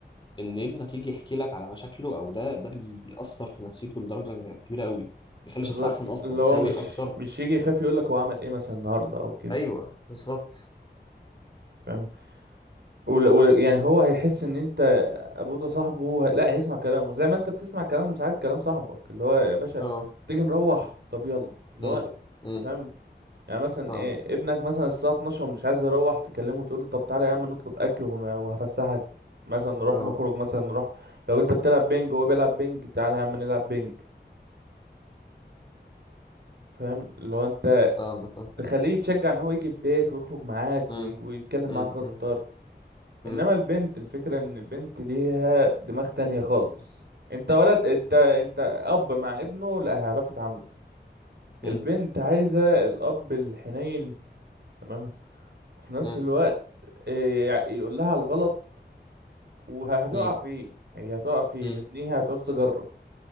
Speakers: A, on the left; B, on the right.
A: ان ابنك يجي يحكي لك على مشاكله او ده ده بيأثر في نفسيته لدرجه كبيره قوي بيخلي
B: بالظبط
A: شخص احسن اصلا
B: اللي
A: مساوي
B: هو مش
A: اكتر
B: مش يجي يخاف يقولك هو عمل ايه مثلا النهاردة او كده
A: ايوه بالظبط
B: فاهم ول- ول- يعني
A: امم
B: هو هيحس ان انت ابوه ده صاحبه هو- لا هيسمع كلامه زي ما انت بتسمع كلام ساعات كلام صاحبك اللي هو يا باشا
A: اه
B: تيجي مروح طب يلا اللي
A: امم
B: هو انت
A: امم
B: فاهم يعني مثلا
A: فاهمك
B: ايه
A: اه
B: ابنك مثلا الساعه 12 ومش عايز يروح تكلمه وتقول له طب تعالى يا عم نطلب اكل ون- وهفسحك مثلا نروح
A: اه
B: نخرج مثلا نروح لو انت بتلعب بينج وهو بيلعب بينج تعالى يا عم نلعب بينج فاهم اللي هو انت
A: فاهمك اه
B: تخليه يتشجع ان هو يجي البيت ويخرج معاك
A: امم
B: وي- ويتكلم
A: امم
B: معاك اكتر
A: امم
B: انما البنت الفكرة ان البنت ليها دماغ تانية خالص انت ولد انت انت اب مع ابنه لا هيعرفوا يتعاملوا
A: امم
B: البنت عايزة الاب الحنين تمام في نفس
A: امم
B: الوقت إيه، يقول لها الغلط وهتقع
A: امم
B: فيه هي هتقع فيه
A: امم
B: لان هي هتعوز تجرب